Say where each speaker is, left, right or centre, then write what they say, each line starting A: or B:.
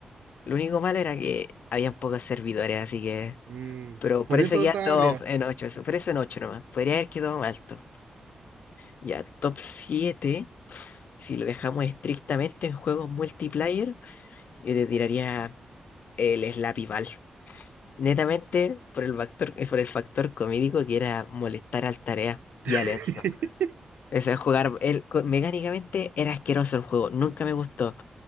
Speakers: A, on the left; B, on the right.
A: Lo único malo era que habían pocos servidores, así que.
B: Mm,
A: Pero
B: por
A: por eso
B: eso
A: ya
B: está
A: no
B: arriba.
A: en 8 eso, por eso en 8 nomás. Podría haber quedado más alto. Ya, top siete si lo dejamos estrictamente en juegos multiplayer, yo te tiraría el Slappy Ball. netamente por el factor, eh, por el factor comédico que era molestar al Tarea y a
B: <laughs>
A: Lenzo. O sea, jugar el- co- mecánicamente era asqueroso el juego, nunca me gustó,